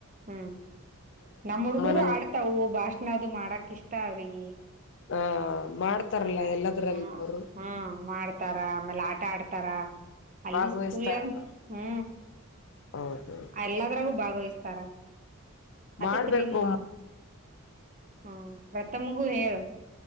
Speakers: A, on the right (about 35°); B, on the left (about 55°).
A: ಹು. ನಮ್ಮ ಹುಡ್ಗರು
B: ನಂಗ
A: ಹಾಡ್ತಾವು ಭಾಷಣಾ ಅದು ಮಾಡಕ್ ಇಷ್ಟ ಅವ್ರಿಗೆ.
B: ಆ ಮಾಡ್ತಾರಲ್ಲ
A: ಹಾ ಮ್ಯಾ
B: ಎಲ್ಲದ್ರಲ್ಲಿ
A: ಹು
B: ಅವರು
A: ಹು ಮಾಡ್. ತಾರಾ ಆಮೇಲೆ ಆಟ ಆಡ್ತಾರಾ ಅಲ್ಲಿ
B: ಭಾಗವಹಿಸ್ತಾರಲ್ಲ
A: ಸ್ಕೂಲ್ನ್ಯಾಗು ಹು.
B: ಹೌದೌದು
A: ಎಲ್ಲದರಗು ಭಾಗವಹಿಸ್ತಾರ ಅದಕ್
B: ಮಾಡ್ಬೇಕು
A: ನಿಮ್ಮ. ಹು ಪ್ರಥಮಗೂ ಹೇಳು.